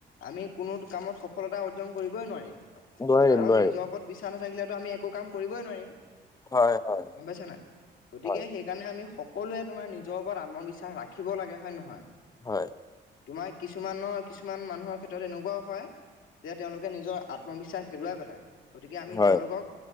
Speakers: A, on the left; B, on the left.
A: আমি কোনো কামত সফলতা অৰ্জন কৰিবই নোৱাৰিম।
B: নোৱাৰিম
A: কাৰণ
B: নোৱাৰিম
A: নিজৰ ওপৰত বিশ্বাস নাথাকিলেতো আমি একো কাম কৰিবই নোৱাৰিম।
B: হয় হয়
A: গম পাইছা নাই, গতিকে
B: হয়
A: সেইকাৰণে আমি স সকলোৱে তোমাৰ নিজৰ ওপৰত আত্মবিশ্বাস ৰাখিব লাগে হয় নহয়।
B: হয়।
A: তোমাৰ কিছুমানৰ কিছুমান মানুহৰ ক্ষেত্ৰত এনেকুৱাও হয় যে তেওঁলোকে নিজৰ আত্মবিশ্বাস হেৰুৱাই পেলাই গতিকে আমি
B: হয়
A: তেওঁলোকক